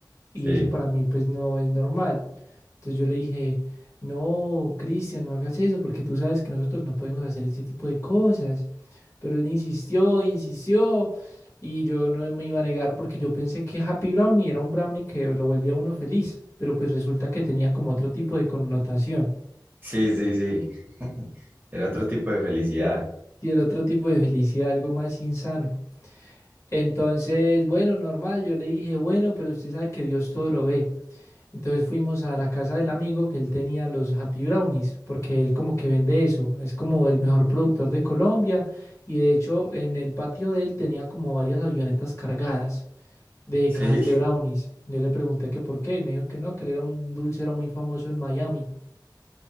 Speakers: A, on the left; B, on the right.
A: Y
B: sí.
A: eso para mí pues no es normal. Entonces yo le dije, no, Cristian, no hagas eso porque tú sabes que nosotros no podemos hacer ese tipo de cosas. Pero él insistió, insistió y yo no me iba a negar porque yo pensé que Happy Brownie era un brownie que lo volvía a uno feliz. Pero pues resulta que tenía como otro tipo de connotación
B: Sí, sí, sí. <laughs> Era otro tipo de felicidad.
A: y era otro tipo de felicidad, algo más insano. Entonces, bueno, normal, yo le dije, bueno, pero usted sabe que Dios todo lo ve. Entonces fuimos a la casa del amigo que él tenía los Happy Brownies, porque él como que vende eso, es como el mejor productor de Colombia y de hecho en el patio de él tenía como varias avionetas cargadas de
B: Sí,
A: cajas de brownies. Yo le pregunté que por qué y me dijo que no, que él era un dulcero muy famoso en Miami.